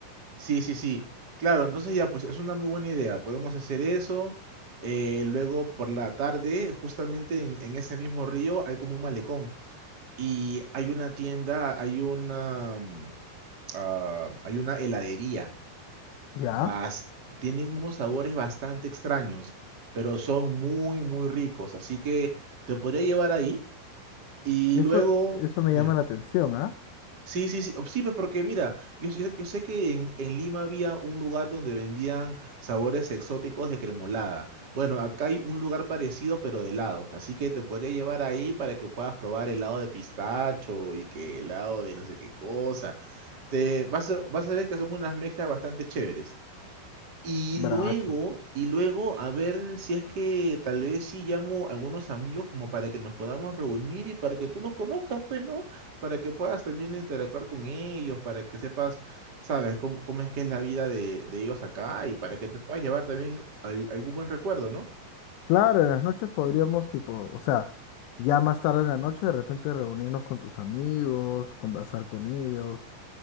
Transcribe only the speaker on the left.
Ya.
Eso,
eso me
llama la atención, ¿ah?
Bravazo.
Claro, en las noches podríamos, tipo, o sea, ya más tarde en la noche de repente reunirnos con tus amigos, conversar con ellos.